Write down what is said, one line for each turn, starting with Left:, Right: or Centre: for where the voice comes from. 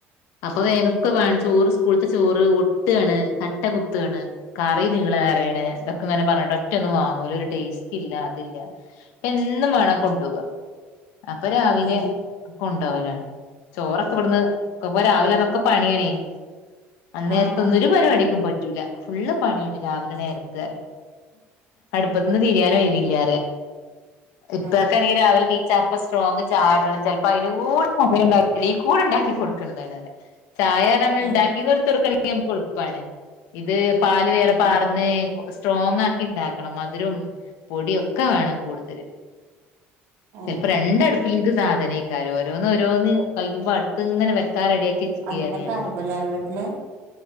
Left: അപ്പൊ വേവകമാണം
Right: ഉം
Left: ചോറ് സ്കൂൾത്തെ ചോറ് ഒട്ടാണ് കട്ട കുത്താണ് കറി നീള വേയാണ് ഇതൊക്കെങ്ങനെ പറഞ്ഞട്ട ഒറ്റ ഒന്നും വും ടേസ്റ്റ്ല്ലല്ല അതില്ല എന്നും വേണം കൊണ്ടുപവാ അപ്പൊ രാവിലെ
Right: ഏഹ്
Left: കൊണ്ടുപവലാണ് ചോറൊക്കെ ഇവിടുന്ന് ഒക്കപ്പ രാവിലെ അതൊക്കെ പണിയണേ അന്നരത്തെ
Right: ആഹ് ആഹ്
Left: ഒന്നരു പരിപടിക്കുംപ പോട്ട് ഫുള്ള് പണിയ രാവിലെ നേരത്തെ അടുപ്പത്ത് ഒന്ന് തിരിയാൻ ഒഴിവില്ല ഇപ്പൊക്കൊണെങ്ക
Right: ആഹ് ആഹ്
Left: രാവിലെ ചപ്പ സ്ട്രോങ്ങ് ചായട്ടണം ചിലപ്പോ അതിന് കൂടെ സമയം ഇണ്ടാക്കൂല്ല ഈ കൂടെ ഉണ്ടാക്കി കൊടുക്കുന്നതാണ് അവെ ചായ നമ്മൾ
Right: ഏഹ്
Left: ഉണ്ടാക്കി എടുത്തു കൊടുക്കാണ് എളുപ്പം ഇത് പാല് വേറെ പാർന്ന്
Right: ആഹ്
Left: സ്ട്രോങ് ആക്കി ഉണ്ടാക്കണം മധുരം പൊടിയൊക്കെ വേണം കൂടുതല്
Right: ഏഹ്
Left: ചിലപ്പോ രണ്ടടുപ്പിൽ നിക്ക് സാധനക്ക ഓരോന്ന് ഓരോന്ന് കഴിക്കുമ്പോ അടുത്ത് ഇങ്ങനെ വെക്കണം ഒക്കെ റെഡിയാക്കി നിക്കാക്കാരം
Right: ഒറ്റക്കായിരിക്കുല്ലേ വീട്ടില്